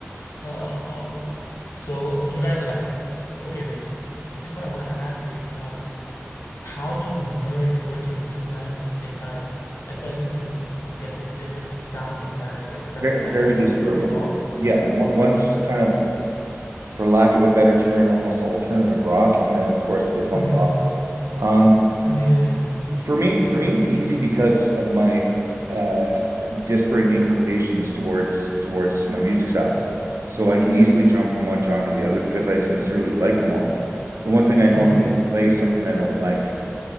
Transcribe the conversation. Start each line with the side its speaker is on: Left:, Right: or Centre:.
Left: Um, so you guys are like, okay, wait. I think what I want to ask is um how do you merge working with two bands at the same time? Especially two, I'm guessing, different sounding bands. Like, doesn't
Right: Very,
Left: that
Right: very
Left: kind
Right: disparate.
Left: of like throw you
Right: One-
Left: off?
Right: Yeah, one, one's kind of, for lack of a better term, almost alternative rock, and then of course the funk
Left: hmm
Right: gospel. Um,
Left: Yeah.
Right: for me, for me, it's easy because of my uh, disparate inclinations towards towards my music styles. So I can easily jump from one genre to the other because I sincerely like them all. The one thing I don't
Left: Okay.
Right: do is play something I don't like.